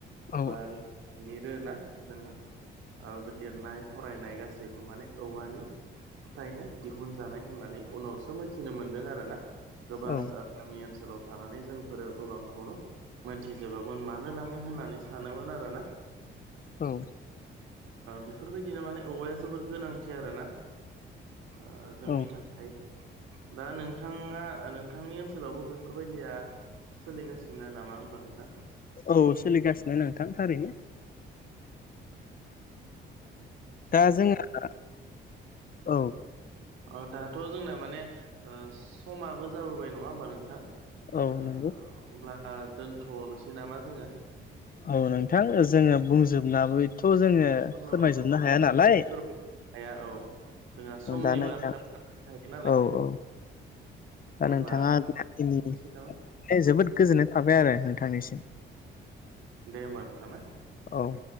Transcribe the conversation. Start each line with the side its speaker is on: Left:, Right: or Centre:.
Left: औ
Right: बा लिरो ना जोङो बे लिरनाय फरायनाय गासैबो माने औवानि फ्रायनो दिहुनजानाय होननानै उनावसो मोनथिनो मोनदों आरोना गोबां
Left: औ
Right: गामि ओनसोलाव थानानै जों फोरो गोबांखौनो मोनथिजोबोमोन मानो लाङो होननानै सानोमोन आरोना
Left: औ
Right: बेफोरबायदिनो माने औवाया जोबोर गोनांथि आरो ना ओ जोंनि
Left: औ
Right: थाखाय दा नोंथाङा नोंथांनि ओनसोलावबो बेफोरबायदिया सोलिगासिनो नामा होमबा नोंथां
Left: औ सोलिगासिनो नोंथां थारैनो दा जोंहा औ
Right: अ दाथ' जोंना माने ओ समाबो जाबोबाय नङा होमबा नोंथां
Left: औ
Right: अब्ला
Left: नंगौ
Right: दोनथ'नोसै नामा जोङो
Left: औ नोंथां जोङो बुंजोबनाबो थ' जोङो
Right: ओ
Left: फोरमायजोबनो
Right: ओ
Left: हाया
Right: फोजोबनो
Left: नालाय
Right: हाया औ जोंहा समनिबो
Left: दा नोंथां
Right: आंखाल थायो नालाय
Left: औ औ दा
Right: अब्ला
Left: नोंथाङा जा खिनि
Right: दोननोसै नामा
Left: जोबोद गोजोननाय थाबाय आरो नोंथांनिसिम
Right: दे ओमबा नोंथां ना
Left: औ